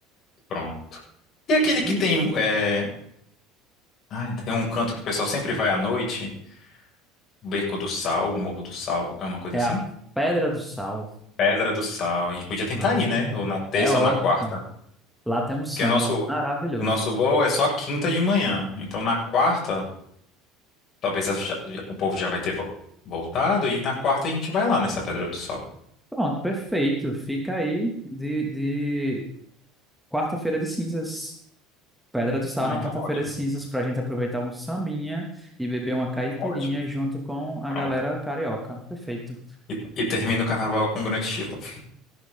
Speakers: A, on the left (about 45°); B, in the centre.
A: pronto. E aquele que
B: E
A: tem, é... Ai, tem um canto que o pessoal sempre vai à noite, Beco do Sal, Morro do Sal, é uma coisa
B: é
A: assim?
B: a Pedra do Sal.
A: Pedra do Sal, a gente podia tentar
B: Não,
A: ir, né? Ou na terça
B: é ótimo.
A: ou na quarta.
B: Lá tem um samba
A: Porque o nosso,
B: maravilhoso.
A: o nosso voo é só quinta de manhã, então na quarta, talvez a- o povo já vai ter vo- voltado, e na quarta a gente vai lá nessa Pedra do Sal.
B: Pronto, perfeito. Fica aí de, de quarta-feira de cinzas. Pedra do Sal
A: Ah,
B: na
A: então
B: quarta-feira
A: ótimo,
B: de cinzas pra gente aproveitar um sambinha e beber uma caipirinha
A: ótimo,
B: junto com a
A: pronto.
B: galera carioca. Perfeito.
A: E, e termina o carnaval com um grande estilo.